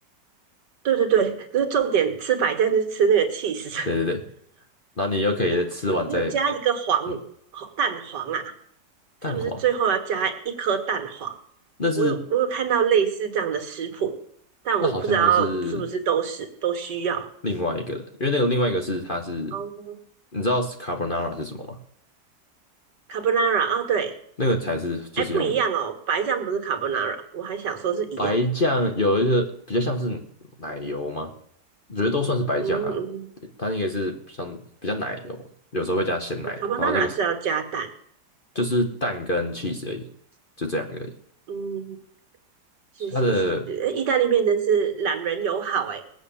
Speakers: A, on the right; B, on the left.
A: 对对对，就是重点吃白酱就是吃那个起司。
B: 对对对，然后你又可以吃完再。
A: <laughs> 你有没有加一个黄
B: 嗯。
A: 蛋黄啊？
B: 蛋黄，
A: 是不是最后要加一颗蛋黄？
B: 那是
A: 我有我有看到类似这样的食谱，但我不知道是不是都是都需要。
B: 那好像又是另外一个的，因为那个另外一个是它是，
A: 哦
B: 你知道 carbonara 是什么吗？
A: ，carbonara 啊，对，
B: 那个才是就是用
A: 哎，不一样哦，白酱不是 carbonara，我还想说是一样。
B: 白酱，有一个比较像是奶油吗？我觉得都算是白酱啊，
A: 嗯嗯
B: 它那个是比较比较奶油，有时候会加鲜奶的，
A: 呃，carbonara
B: 然后这个是
A: 是要加蛋。
B: 就是蛋跟 cheese 而已，就这两个而已。
A: 嗯，是是是，
B: 它的
A: 哎意大利面真是懒人友好哎。